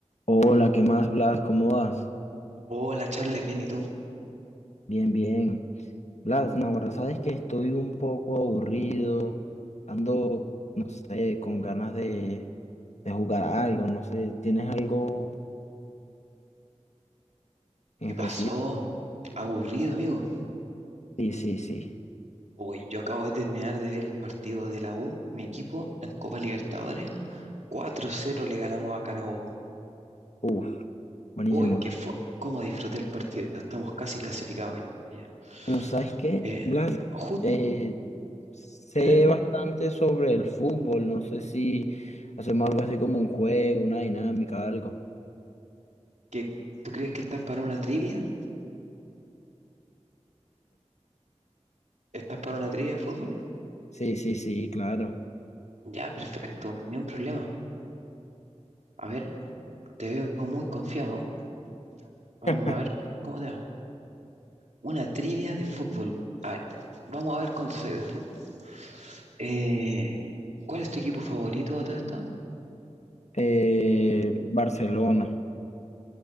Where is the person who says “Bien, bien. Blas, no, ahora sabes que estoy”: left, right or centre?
Left